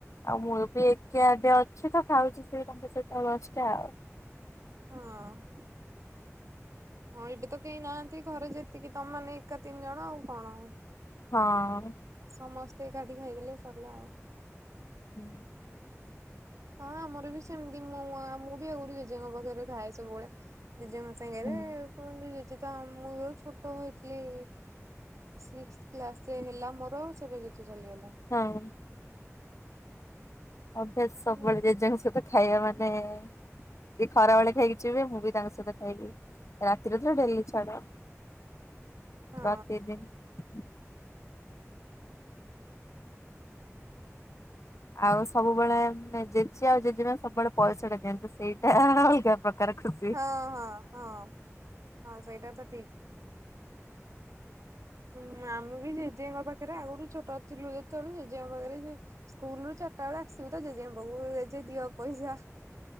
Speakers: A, on the left; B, on the right.
A: ଆଉ ମୁଁ ବି ଏକେ ଆବେ ଅଛି, ତ ଖାଉଛି ସେ ତାଙ୍କ ସହିତ ନଷ୍ଟା ଆଉ।
B: ହଁ। ହଁ ଏବେ ତ କେହି ନାହାନ୍ତି ଘରେ ଯେତିକି ତମମାନେ ଏକା ତିନି ଜଣ ଆଉ କଣ ଆଉ।
A: ହଁ।
B: ସମସ୍ତେ କାଠି ଖାଇଦେଲେ ସରିଲା ଆଉ।
A: ହୁଁ।
B: ହଁ ଆମର ବି ସେମିତି, ମୁଁ ମୁଁ ବି ଆଗରୁ ଜେଜେଙ୍କ ପାଖରେ ଥାଏ, ସବୁବେଳେ ଜଜେ ମ ସାଙ୍ଗରେ
A: ହୁଁ
B: କୁହନ୍ତୁ! ତ ମୁଁ ଛୋଟ ହେଥିଲିିକ୍ରେ ହେଲା ମ ହ ସେବେ କିଛି ଚାଲିଗଲା।
A: ହଁ ଅଭ୍ୟାସ ସବୁବେଳେ
B: ହୁଁ।
A: ଜଜ ସହିତ ଖାଇବା ମାନେ ସେ ଖରାବେଳେ ଖାଇକି ଯିବେ, ମୁଁ ବି ତାଙ୍କ ସହିତ ଖାଇବି ରାତିରେଥରେ ଡେଲି ଛଡ
B: ହଁ
A: ରାତି ଦିନ ଆଉ ସବୁବେଳୋନେ ଜେଜେ ଆଉ ଜେଜେମା ସବୁବେଳେ ପଇସା ଟା ଦିଅନ୍ତୁ, ସେଇଟା ଅଲଗା ପ୍ରକାର ଖୁସି।
B: ହଁ ହଁ ହଁ ହଁ ସେଇଟା ତ ଠିକ। ହୁଁ ଆମେ ବି ଜେଜେଙ୍କ ପାଖରେ ଆଗରୁୁ ଛୋଟ ଥିଲୁ ଯେତେବେଳେ ଜେଜେଙ୍କ ପାଖରେ ସେ ସ୍କୁଲ ରୁ ଚା ରଟା ବେଳେ ଆସିବୁ ତ ଜେଜେଙ୍କ ପାଖକୁ ଜେଜେ ଦିଅ ପଇସା।